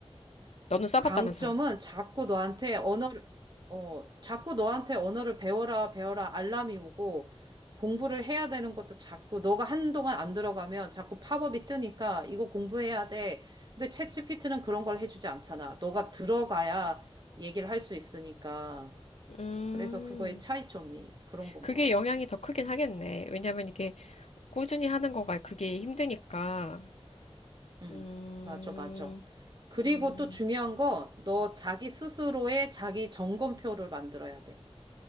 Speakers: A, on the left; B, on the right.
A: 너는 써봤다면서?
B: 강점은 자꾸 너한테 언어를 어, 자꾸 너한테 언어를 배워라 배워라 알람이 오고 공부를 해야 되는 것도 자꾸 너가 한동안 안 들어가면 자꾸 팝업이 뜨니까 이거 공부해야 돼. 근데 챗GPT는 그런 걸 해주지 않잖아. 너가 들어가야 얘기를 할 수 있으니까.
A: 음,
B: 그래서 그거의 차이점이 그런 건
A: 그게
B: 것 같아.
A: 영향이 더 크긴 하겠네. 왜냐면 이게 꾸준히 하는 거가 그게 힘드니까.
B: 응,
A: 음,
B: 맞아, 맞아. 그리고
A: 음,
B: 또 중요한 거, 너 자기 스스로의 자기 점검표를 만들어야 돼.